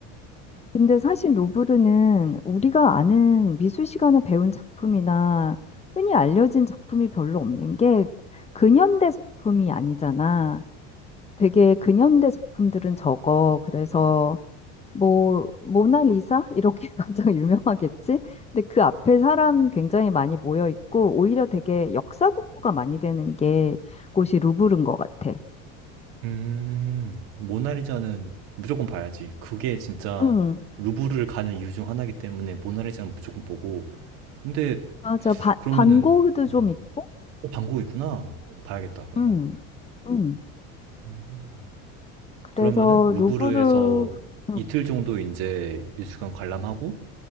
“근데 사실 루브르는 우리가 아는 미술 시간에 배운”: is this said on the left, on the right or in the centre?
Left